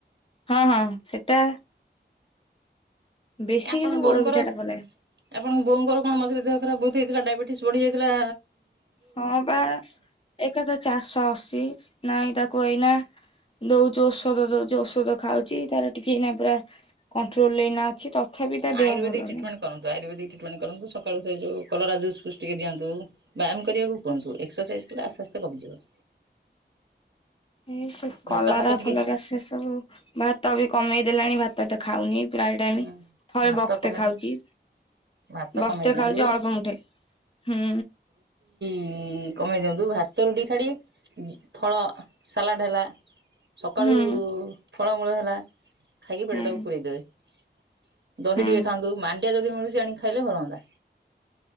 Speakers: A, on the left; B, on the right.
A: ହଁ ହଁ ସେଟା ବେଶୀ
B: ଆପଣଙ୍କ
A: କିନ୍ତୁ
B: ବୋଉଙ୍କର
A: ପୋଡ ପିଠା ଟା ଭଲ ଲାଗେ
B: ଆପଣଙ୍କ ବୋଉଙ୍କର କଣ ମଝରେ ଦେହ ଖରା ବହୁତ ହେଇଥିଲା ଡାଇବେଟିସ୍ ବଢିଯାଇଥିଲା।
A: ହଁ ବା ଏକ ହଜାର ଚାରିଶହ ଅଶୀ ନାଇଁ ତାକୁ ଏଇନା ଦଉଛିୁ ଔଷଧ ଦଉଛି ଔଷଧ ଖାଉଛି ତାର ଟିକେଇ ପୁରା କଣ୍ଟ୍ରୋଲ ଅଛି। ତଥାପି ତା ଦେହ
B: ଆୟୁର୍ବେଦିକ
A: ଭଲ
B: ଟ୍ରଟମେଟ
A: ନାହିଁ
B: କରନ୍ତୁ ଆୟୁର୍ବେଦିକ ଟ୍ରଟମେଣ୍ଟ କରନ୍ତୁକାଳୁ ସେ ଯେଉ କଲରା ଜୁସ୍ ପୁଷ୍ଟ ଟିକେ ଦିଅନ୍ତୁ ବ୍ୟାୟାମ କରିବାକୁ କୁହନ୍ତୁ ଏକ୍ସରସାଇଜ୍ ତଲେ ଆସ୍ତେ ଆସ୍ତେ କମିଯିବ।
A: ଏଇ ସେ କଲରା
B: ଭାତ ଫାତ ଟିକେ
A: ଭଲରା ସେ ସବୁ ଭାତ ବି କମେଇ ଦେଲାଣି ଭାତ ତ ଖାଉନି। ପ୍ରାଏ ଟାଇମ୍
B: ହୁଁ
A: ଥରେ
B: ଭାତ
A: ବକ୍ତେ
B: କମେଇ
A: ଖାଉଚି
B: ଭାତ
A: ବକ୍ତେ
B: କମେଇ ଦିଅନ୍ତୁ
A: ଖାଉଚି ଅଳପ ମୁଠେ ହୁଁ।
B: କି କମେଇ ଦିଅନ୍ତୁ ଭାତ ରୁଟି ଛାଡିକି ଫଳ ସାଲାଡ଼ ହେଲା। ସକାଳୁ
A: ହୁଁ
B: ଫଳମୂଳ ହେ ଲା। ଖାଇକି ପେଟାକୁ
A: ହୁଁ
B: ପୁରରେଇଦେବେ। ହ ଦହି
A: ହୁଁ
B: ଟିକେ ଖାଆନ୍ତୁ ମା ଡିଆ ଯଦି ମୁଳୁଚି ଆଣିକି ଖାଇଲେ ଭଲ ହୁଅନ୍ତା।